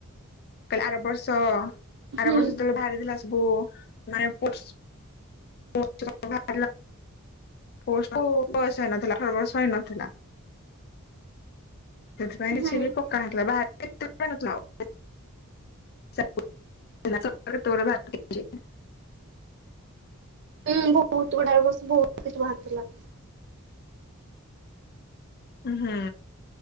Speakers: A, on the left; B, on the right.
A: କହିଲେ ଆର ବର୍ଷ ଆର
B: ହୁଁ
A: ବର୍ଷ ଯେତେବେଳେ ବାହାରିଥିଲା ସବୁ ମାନେ <unintelligible> <unintelligible> <unintelligible> କୁ ବୟସ ହେଇନଥିଲା <unintelligible> ବର୍ଷ ହେଇନଥିଲା। ସେଥିପାଇଁ କିଛି
B: ହୁଁ
A: ବି ପକା ହେଥିଲା ବା <unintelligible> <unintelligible>
B: ହୁଁ ବହୁତ ଗୁଡ ବର୍ଷ ବହୁତ କିଛି ବାହାରିଥିଲା
A: ହୁଁ